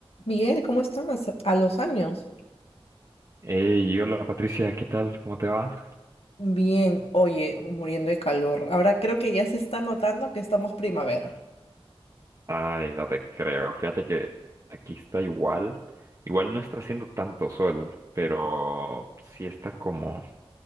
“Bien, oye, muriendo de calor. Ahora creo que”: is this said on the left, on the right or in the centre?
Left